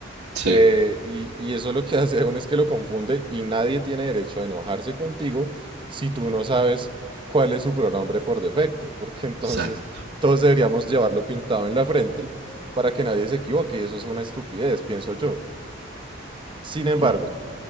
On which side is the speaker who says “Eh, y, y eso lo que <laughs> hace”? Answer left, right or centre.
Right